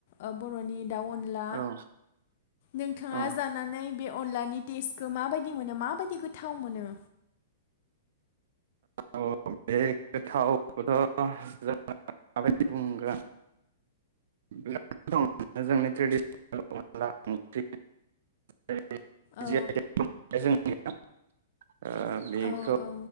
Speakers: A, on the left (about 50°); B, on the right (about 65°).
A: ओ बरनि दाउ अनला।
B: औ
A: नोंथाङा
B: औ
A: जानानै बे अनलानि टेसखौ मा बायदि मोनो मा बायदि गोथाव मोनो?
B: औ बे गोथावखौथ जों माबायदि बुंगोन बिराद दं जोंनि ट्रेडिसनेल अनला ओंख्रि। <unintelligible> <unintelligible>
A: औ
B: ओ बेखौ
A: औ औ